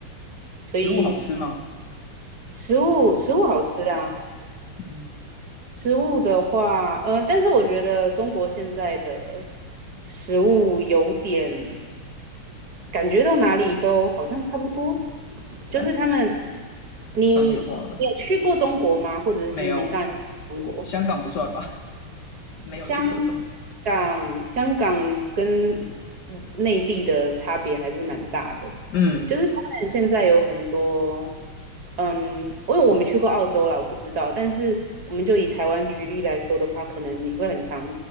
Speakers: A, on the right; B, on the left.
A: 所以
B: 食物好吃吗？
A: 食物食物好吃啊，
B: 嗯，
A: 食物的话，呃，但是我觉得中国现在的食物有点感觉到哪里都好像差不多，就是他们，
B: 哎，
A: 你你有去过中国吗？
B: 商业化的
A: 或者是你上一次去中国？
B: 没有，香港不算吧？<laughs> 没有去过中国。
A: 香港，香港跟嗯内地的差别还是蛮大的，
B: 嗯，
A: 就是他们现在有很多，嗯，因为我没去过澳洲啦，我不知道，但是我们就以台湾举例来说的话，可能你会很常